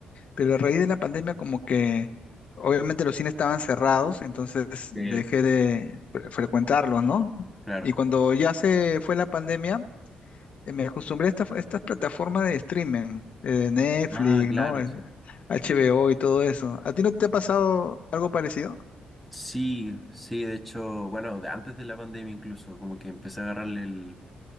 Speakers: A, on the left; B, in the centre.
A: pero a raíz de la pandemia como que obviamente los cines estaban cerrados, entonces dejé
B: 3.
A: de fre- frecuentarlos, ¿no?
B: claro.
A: Y cuando ya se fue la pandemia, eh, me acostumbré a esta- a estas plataformas de streaming, eh, Netflix,
B: Ah, claro,
A: ¿no? Eh,
B: sí.
A: HBO y todo eso. ¿A ti no te ha pasado algo parecido?
B: Sí, sí, de hecho, bueno, de antes de la pandemia incluso, como que empecé a agarrarle el,